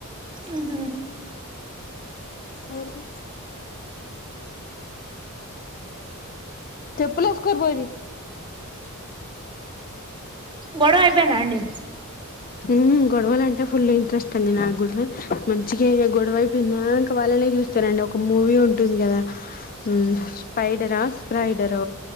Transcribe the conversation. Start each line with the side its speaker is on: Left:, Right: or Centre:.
Right: ఉమ్ హూ
Left: ఎవ్వరికీ చెప్పులు ఏసుకొని బోరి
Right: గొడవ అయిపోయిందా అండి
Left: ఉమ్ గొడవలు అంటే ఫుల్ ఇంట్రెస్ట్ అండి నాక్గూడ మంచిగా గొడవ అయిపోయిందాంక వాళ్ళనే చూస్తానండి ఒక మూవీ ఉంటుంది కదా ఉమ్ స్పైడరా స్పైడర్